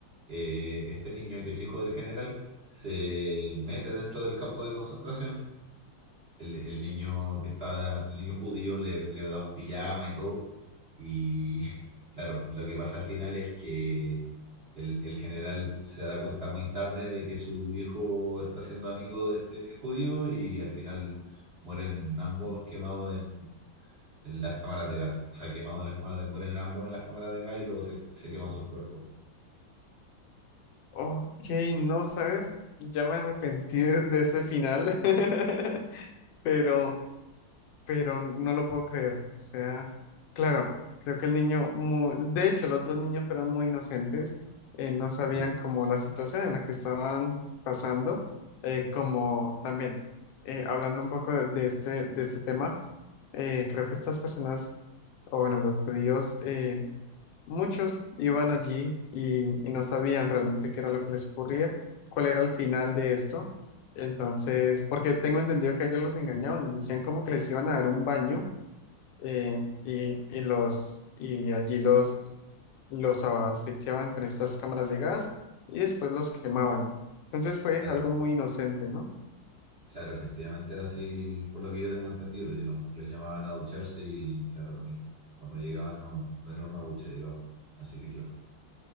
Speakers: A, on the right; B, on the left.
A: eh, este niño, que es hijo del general, se mete dentro del campo de concentración el, el niño que está, el niño judío le, le da un pijama y todo. Y <laughs> claro, lo que pasa al final es que el, el general se da cuenta muy tarde de que su hijo está siendo amigo de este judío y al final mueren ambos quemados en, en las cámaras de gas. O sea, quemados en las cámaras de, mueren ambos en las cámaras de gas y luego se, se queman sus cuerpos.
B: Ok, no sabes, ya me arrepentí de de ese final, <laughs> pero... pero no lo puedo creer. O sea, claro, creo que el niño, mu- de hecho, los dos niños fueron muy inocentes, eh, no sabían
A: Sí,
B: como la situación en la que estaban pasando, eh, como también, eh, hablando un poco de, de este, de este tema, eh, creo que estas personas, o bueno, los judíos, eh, muchos iban allí y, y no sabían realmente qué era lo que les ocurría, cuál era el final de esto. Entonces, porque tengo entendido que ellos los engañaban, les decían como que les iban a dar un baño eh, y, y los y allí los los asfixiaban con estas cámaras de gas y después los quemaban. Entonces fue
A: claro,
B: algo muy inocente, ¿no?
A: Claro, efectivamente era así, por lo que yo tengo entendido, digamos, que los llamaban a ducharse y, claro, el- cuando llegaban no, no era una ducha, digamos. Así que, claro,